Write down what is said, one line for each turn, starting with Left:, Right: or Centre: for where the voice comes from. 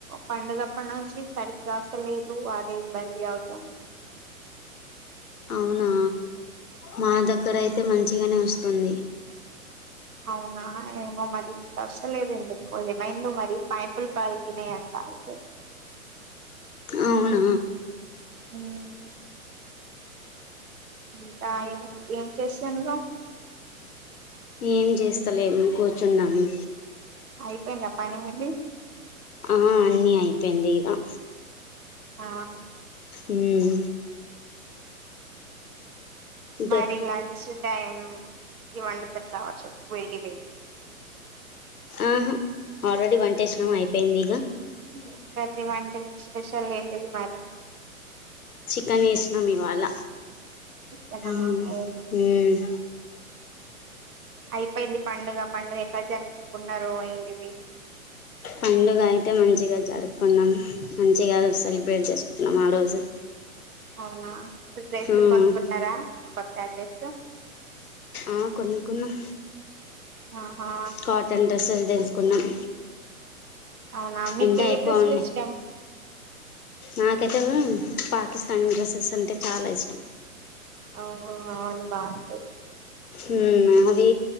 Right: పండుగప్పటి నుంచి సరిగ్గా అస్తలేదు వాటి ఇబ్బంది అవుతుంది
Left: అవునా
Right: అ
Left: మా దగ్గరయితే మంచిగానే వస్తుంది
Right: అవునా ఏమో మరి కసలేదు ఎందుకు ఏమైందో మరి పైపులు పలిగినాయి అంట అయితే
Left: అవునా
Right: హ్మ్ ఇంకా ఏం చేస్ తెల్వ
Left: ఏం చేస్తలేము కూర్చున్నాము
Right: అయిపోయిందా పని మీది
Left: ఆ అన్నీ అయిపోయింది ఇక
Right: ఆ
Left: హ్మ్ దే
Right: మరి లంచ్ టైం ఈ వంట తీరు కావచ్చు వీడి
Left: ఆహ ఆల్రెడీ వంటేసినాం అయిపోయింది ఇక
Right: ఏం కర్రీ వండిన్రు స్పెషల్ ఏంటి మారి
Left: చికెన్ వేసినాం ఇవాళ
Right: చికెనా
Left: హ్మ్
Right: అవును
Left: మ్మ్
Right: అయిపోయింది పండుగ పండుగ ఎట్లా జరుపుకున్నారు ఏంటివి
Left: పండుగ అయితే మంచిగా జరుపుంది కొన్నాం మంచిగా సెలబ్రేట్ చేసుకుంటున్నాం ఆ రోజు
Right: అవునా డ్రెస్
Left: మ్మ్
Right: కొనుకున్నారా కొత్త డ్రెస్
Left: ఆ కొనుక్కున్నాం
Right: ఆహా
Left: కాటన్ డ్రెస్సెలు తెలుసుకున్నాం
Right: అవునా మీకు
Left: ఎంట
Right: ఏ
Left: ఎక్కువ
Right: డ్రెస్సులు
Left: ఉండే
Right: ఇష్టం
Left: నాకైతే పాకిస్తానీ డ్రెస్సెస్ అంటే చాలా ఇష్టం
Right: ఓహ అవును బాగు
Left: ఉమ్ అధి